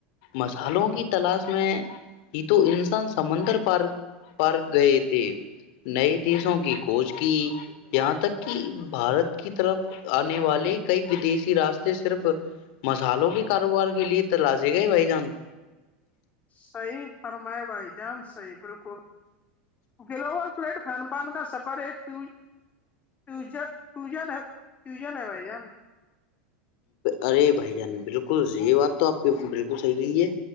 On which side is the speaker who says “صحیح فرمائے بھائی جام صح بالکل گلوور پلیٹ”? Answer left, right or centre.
Left